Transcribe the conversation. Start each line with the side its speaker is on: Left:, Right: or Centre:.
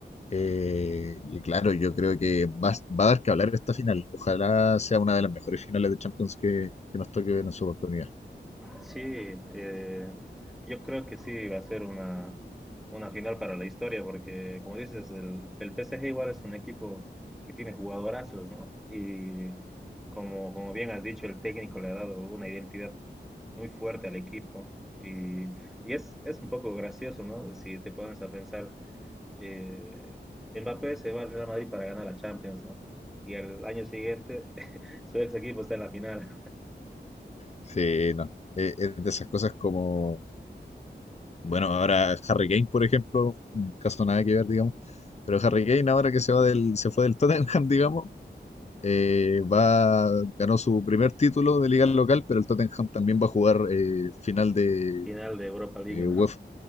Left: Eh, y claro, yo creo que va, va, a dar que hablar esta final. Ojalá sea una de las mejores finales de Champions que, que nos toque ver en su oportunidad.
Centre: Sí, eh, yo creo que sí va a ser una, una final para la historia, porque como dices, el, el PSG igual es un equipo que tiene jugadorazos, ¿no? Y como, como bien has dicho, el técnico le ha dado una identidad muy fuerte al equipo. Y, y es, es un poco gracioso, ¿no? Si te pones a pensar, eh, Mbappé se va al Real Madrid para ganar la Champions, ¿no? Y al año siguiente <laughs> su ex equipo está en la final,
Left: Sí, no. Eh, es de esas cosas como, bueno, ahora Harry Kane, por ejemplo, un caso nada que ver, digamos. Pero Harry Kane ahora que se va del, se fue del Tottenham, <laughs> digamos, eh, va, ganó su primer título de liga local, pero el Tottenham también va a jugar eh, final de
Centre: final de Europa League,
Left: eh,
Centre: ¿no?
Left: UEFA